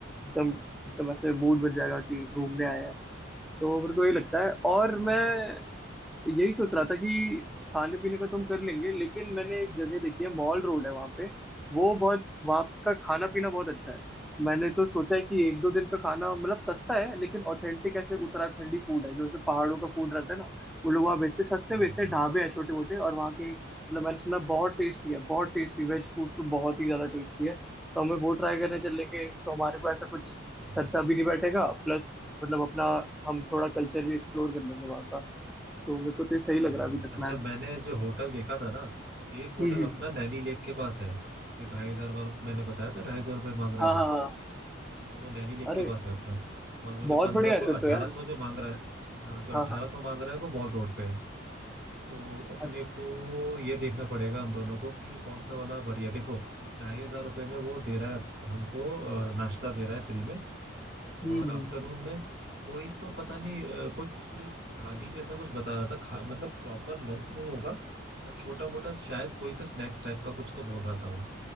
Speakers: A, in the centre; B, on the right.
A: एकदम एकदम ऐसे
B: हम्म,
A: मूड बन जाएगा कि घूमने आए हैं तो मेरे को ये लगता है और
B: वो
A: मैं यही सोच रहा था कि खाने पीने का तो हम कर लेंगे लेकिन मैंने एक जगह देखी है मॉल रोड है वहाँ पे वो बहुत वहाँ का खाना पीना बहुत अच्छा है मैंने तो सोचा है कि एक दो दिन का खाना मतलब सस्ता है लेकिन ऑथेंटिक ऐसे उत्तराखंडी फूड है जो ऐसे पहाड़ों का फूड रहता है ना वो लोग वहाँ बेचते सस्ते
B: हाँ
A: बेचते
B: हाँ
A: हैं ढाबे हैं छोटे मोटे और वहाँ के मतलब मैंने सुना बहुत टेस्टी है बहुत टेस्टी वेज फूड तो बहुत ही ज्यादा टेस्टी है तो हमें वो ट्राई करने चलेंगे तो हमारे को ऐसा कुछ
B: हम्म,
A: खर्चा भी नहीं बैठेगा प्लस मतलब अपना हम थोड़ा कल्चर भी एक्सप्लोर कर लेंगे वहाँ का तो मेरे को तो ये सही लग
B: वही
A: रहा है
B: वही
A: अभी तक
B: अच्छा
A: प्लान
B: मैंने जो होटल देखा था ना एक होटल
A: हम्म हम्म
B: अपना नैनी लेक के पास है जो ढाई हजार वर- मैंने बताया था ढाई सौ रुपये मांग रहा
A: हाँ
B: है जो
A: हाँ हाँ
B: तो वो नैनी लेक
A: अरे
B: के पास है अपना और वो
A: बहुत
B: जो पंद्रह
A: बढ़िया है
B: सौ
A: फिर
B: अठारह
A: तो यार
B: सौ जो मांग रहा है हाँ जो
A: हाँ
B: अठारह
A: हाँ
B: सौ मांग रहा है वो मॉल रोड पे है तो अपने
A: अच्छा,
B: को ये देखना पड़ेगा हम दोनों को कि कौन सा वाला बढ़िया देखो ढाई हजार रुपये में वो दे रहा है हमको अ, नाश्ता दे रहा है फ्री में और
A: हम्म
B: आफ्टरनून में कोई तो पता नहीं अ, कुछ थाली जैसा कुछ बता रहा था खा मतलब प्रॉपर लंच नहीं होगा पर छोटा मोटा शायद कोई तो स्नैक्स टाइप का कुछ तो बोल रहा था वो